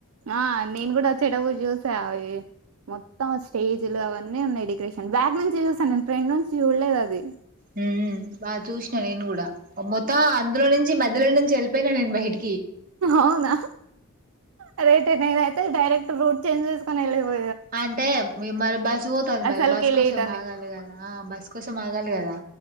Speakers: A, on the right; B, on the right.
A: ఆ నేను కూడా చెడవు చూసా అవి, మొత్తం స్టేజులు అవన్నీ ఉన్నాయి డెకరేషన్ బ్యాక్ నుంచి చూసాను నేను ఫ్రెండ్ నుంచి చూడల్లేదు అది.
B: హుం హుం బా చూస్న నేను కూడా మొత్తం అందులో నుంచి మధ్యలో నుంచి ఎళ్ళిపోయిన నేను బయటి
A: అవునా అదే తే నేనైతే డైరెక్ట్ రూట్ చేంజ్ చేసుకుని ఎళ్లిపో
B: అంటే మీ మర్ చూతాది
A: అసలుకి
B: మరి బస్ కోసం
A: లేట్ అని
B: ఆగాలి కదా, బస్ కోసం ఆగాలి కదా.